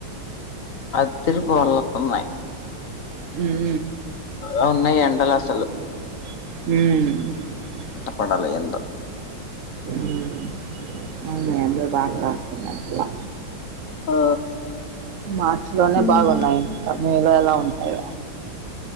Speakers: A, on the left; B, on the right.
A: అతిరి పోర్ళతున్నాయి
B: ఉ
A: ఎం ఉన్నాయి ఎండలు అసలు
B: ఉమ్
A: కొండ లఎందు
B: ఉమ్అవునా యండలు బాగా కాస్తున్నాయి అసలా
A: ఆ
B: మార్చిలోనే
A: మ్మ్
B: బాగున్నాయి కర్నీీలు ఎలా ఉంటాయి